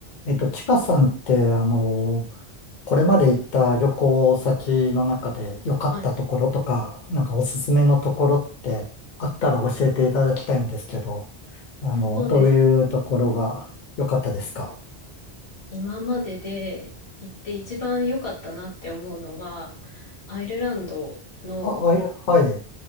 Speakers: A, on the left; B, on the left.
A: えっと、ちかさんって、あの、これまで行った旅行先の中で良かったところとか、
B: はい、
A: なんかおすすめのところってあったら教えていただきたいんですけど、あの、
B: そうです。
A: どういうところが良かったですか
B: 今までで行って一番良かったなって思うのは、アイルランドの
A: あ、あい、はい、